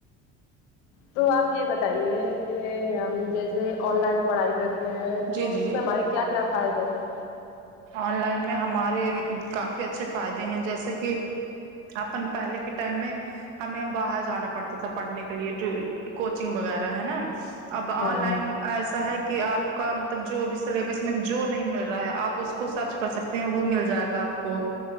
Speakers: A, on the left (about 75°); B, on the right (about 80°).
A: تو آپ یہ بتائیے کہ ہم جیسے آن لائن پڑھائی کرتے ہیں
B: جی
A: تو اس
B: جی
A: میں ہمارے کیا کیا فائدے ہیں
B: آن لائن میں ہمارے کافی اچھے فائدے ہیں جیسے کہ اپن پہلے کے ٹائم میں ہمیں ہم باہر جانا پڑتا تھا پڑھنے کے لیے کوچنگ وغیرہ ہے نا اب آن
A: ہاں نا
B: لائن ایسا ہے کہ آپ کا مطلب جو بھی سلیبس میں جو نہیں مل رہا ہے آپ اس کو سرچ کر سکتے ہیں وہ مل جائے گا آپ کو